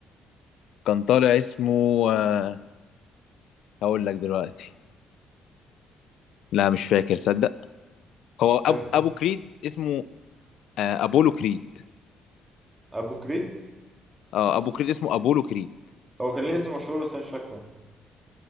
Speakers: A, on the left; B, on the right.
A: كان طالع اسمه آه هقول لك دلوقتي لا مش فاكر صدق هو
B: كان
A: أب... ابو كريد اسمه آه ابولو كريد
B: ابو كريد
A: اه ابو كريد اسمه ابولو كريد
B: هو كان ليه اسم مشهور بس انا مش فاكره